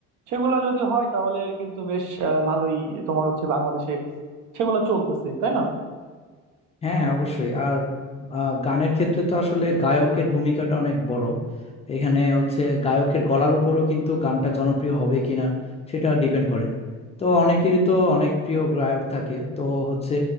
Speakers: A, on the right (about 70°); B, on the left (about 20°).
A: সেগুলো যদি হয় তাহলে কিন্তু বেশ আহ, ভালোই তোমার হচ্ছে বাংলাদেশে সেগুলো চলতেছে তাই না
B: হ্যাঁ অবশ্যই আর আহ, গানের ক্ষেত্রে তো আসলে গায়কের ভূমিকাটা অনেক বড় এখানে হচ্ছে গায়কের গলার উপরও কিন্তু গানটা জনপ্রিয় হবে কিনা সেটা ডিপেন্ড করে তো অনেকেরই তো অনেক প্রিয় গায়ক থাকে তো হচ্ছে